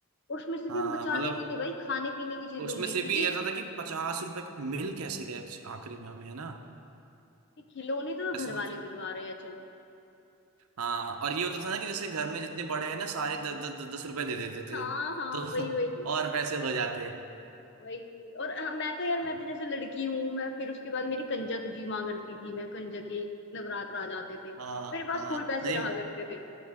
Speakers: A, on the left; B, on the right.
A: और उसमें से
B: हाँ
A: भी हम बचा
B: मतलब
A: लेते थे भाई खाने पीने की चीजों
B: उसमें
A: में
B: से
A: क्योंकि
B: भी ऐसा था कि पचास रुपए मिल कैसे गए आखिरी में हमें है ना
A: ये खिलौने तो
B: ऐसा
A: घर वाले
B: तो था
A: दिलवा रहे हैं चलो
B: हाँ और ये होता था ना कि जैसे घर में जितने बड़े हैं ना सारे दस दस दस दस रुपए दे देते
A: हाँ
B: थे
A: हाँ
B: तो
A: वही वही
B: <laughs> और पैसे हो जाते
A: वही और अ, मैं तो यार मैं
B: अरे,
A: तो जैसे लड़की हूँ मैं फिर उसके बाद मेरी कंजक जी माँ करती थी मैं कंजक के नवरात्र आ जाते थे
B: हाँ
A: मेरे पास
B: हाँ
A: फुल पैसे
B: नहीं
A: रहा करते थे